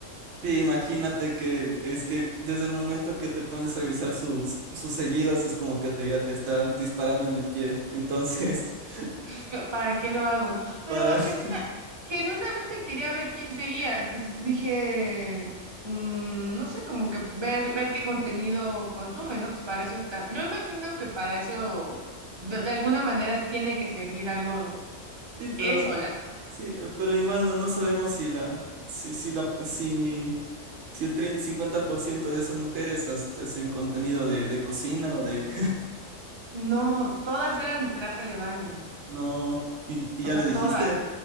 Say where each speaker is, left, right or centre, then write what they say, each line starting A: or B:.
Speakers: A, on the right (about 70°); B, on the right (about 30°).
A: Sí, imagínate que es que desde el momento que te pones a revisar sus, sus seguidos es como que te, ya te estás disparando en el pie. Entonces, <laughs>
B: <laughs> ¿Para qué lo hago, no? Pero
A: para... <laughs>
B: genuina- genuinamente quería ver quién seguía, pues dije, mm, no sé, como que ver, ver qué contenido consume, ¿no? Pues para eso está, yo imagino que para eso de, de alguna manera tiene que servir algo
A: Sí, pero
B: Eso, la-
A: sí, eh, pero igual no, no sabemos si la, si, si la, si, ni- si el trein- 50% de esas mujeres hasta hacen contenido de, de cocina o de
B: no, todas eran de traje de baño,
A: No, ¿y, y
B: o
A: ya
B: sea,
A: le dijiste?
B: todas.